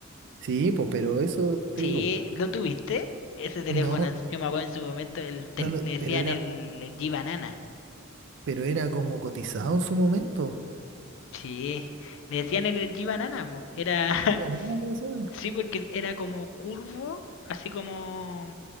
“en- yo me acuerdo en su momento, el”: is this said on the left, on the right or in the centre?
Left